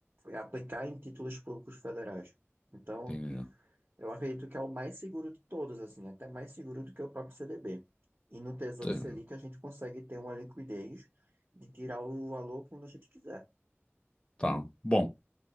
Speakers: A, on the right (about 50°); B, on the left (about 20°).
A: aplicar em títulos públicos federais. Então,
B: Entende?
A: eu acredito que é o mais seguro de todos, assim, até mais seguro do que o próprio CDB. E no Tesouro
B: Tá.
A: Selic a gente consegue ter uma liquidez de tirar o valor quando a gente quiser.
B: tá. Bom,